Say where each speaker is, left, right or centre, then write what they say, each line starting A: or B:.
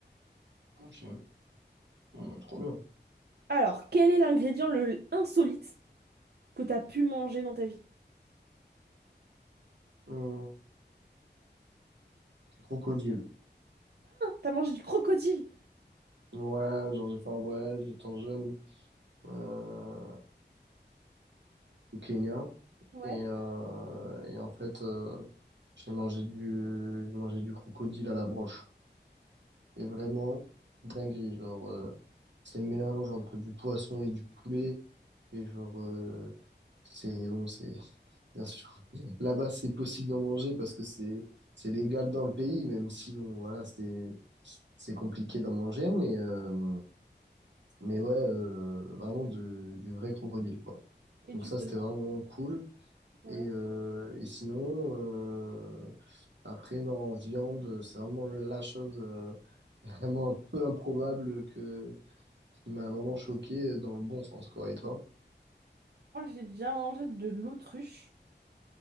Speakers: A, on the right (about 80°); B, on the right (about 60°).
A: Ok, Ouais, trop bien.
B: Alors, quel est l'ingrédient le insolite que t'as pu manger dans ta vie?
A: Euh, crocodile.
B: T'as mangé du crocodile.
A: Ouais, genre j'ai fait un voyage étant jeune euh, au Kenya.
B: Ouais,
A: Et, euh, et en fait, euh, j'ai mangé du, j'ai mangé du crocodile à la broche. Et vraiment, dingue, genre, euh, c'est le mélange entre du poisson et du poulet. Et genre, euh, c'est bon, c'est Bien sûr. Là-bas, c'est possible d'en manger parce que c'est c'est légal dans le pays, même si bon, voilà, c'est c'est compliqué d'en manger, mais euh, mais ouais, euh, vraiment du, du vrai crocodile, quoi.
B: et
A: Donc
B: tu
A: ça,
B: prépares.
A: c'était vraiment cool.
B: Ouais.
A: Et euh, et sinon, euh, après, non, en viande, c'est vraiment la chose euh, <laughs> vraiment un peu improbable que qui m'a vraiment choqué dans le bon sens, quoi. Et toi?
B: Moi, j'ai déjà mangé de l'autruche.